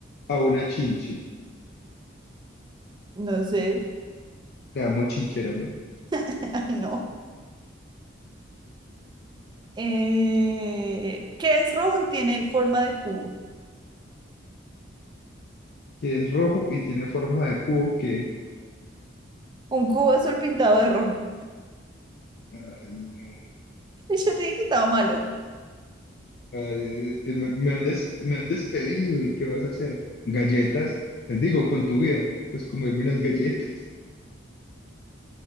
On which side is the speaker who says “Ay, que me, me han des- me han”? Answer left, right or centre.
Left